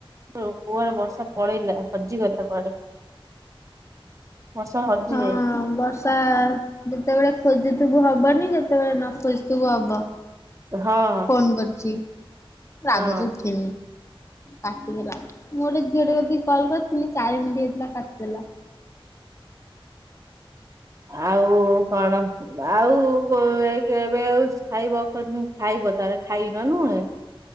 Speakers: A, on the right (about 35°); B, on the left (about 30°).
A: କୁଆଡେ ବର୍ଷା ପଳେଇଲା ହଜି ଗଲା କୁଆଡେ ବର୍ଷା ହଜି
B: ହଁ
A: ଯାଇଛି।
B: ବର୍ଷା ଯେତେବେଳେ ଖୋଜଥୁିବୁ ହବନି ଯେତେବେଳେ ନ ଖୋଜଥିବୁ ହବ।
A: ହଁ
B: ଫୋନ କରଚି ରାଗ
A: ହଁ
B: ଚିଡୁଚି କାଟିଦେଲା ମୁଁ ଗୋଟେ ଝିଅ ଟେ କତିକି କଲ କରିଥିଲି ଚାରି ମିନିଟ ହେଇଥିଲା କାଟିଦେଲା
A: ଆଉ କଣ ଆଉ ଏ କେବେ ଆଉ ଖାଇବ କ ଖାଇବ ତାହେଲେ ଖାଇନ ନୁହେଁ?